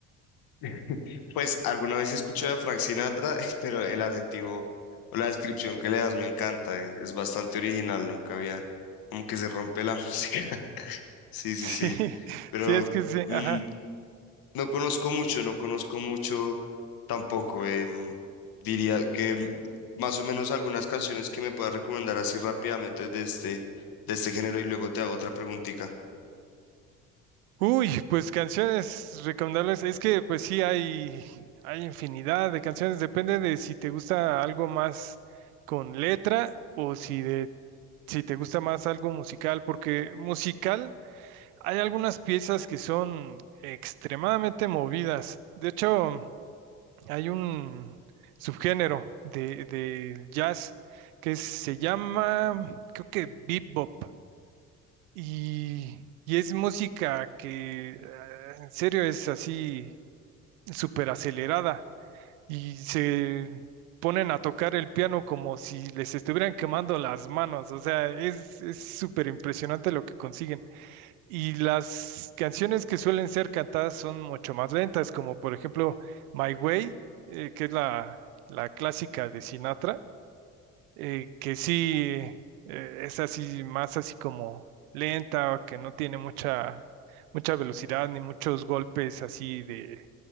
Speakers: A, on the left; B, on the right.
A: <laughs> pues alguna vez he escuchado de Frank Sinatra, <laughs> pero el adjetivo o la descripción que le das me encanta, es, es bastante original, nunca había, como que se rompe la <laughs> música. Sí, sí,
B: Sí,
A: sí. Pero
B: sí, es que sí,
A: mm,
B: ajá.
A: no conozco mucho, no conozco mucho tampoco. em, diría que mm, más o menos algunas canciones que me puedas recomendar así rápidamente de este, de este género y luego te hago otra preguntita.
B: Uy, pues canciones recomendables. Es que pues sí hay, hay infinidad de canciones. Depende de si te gusta algo más con letra o si de, si te gusta más algo musical, porque musical hay algunas piezas que son extremadamente movidas. De hecho, hay un subgénero de, del jazz que se llama, creo que bebop. Y, y es música que eh, en serio es así súper acelerada y se ponen a tocar el piano como si les estuvieran quemando las manos, o sea, es es súper impresionante lo que consiguen. Y las canciones que suelen ser cantadas son mucho más lentas, como por ejemplo My Way, eh, que es la, la clásica de Sinatra eh, que sí eh, es así, más así como lenta, que no tiene mucha, mucha velocidad ni muchos golpes así de,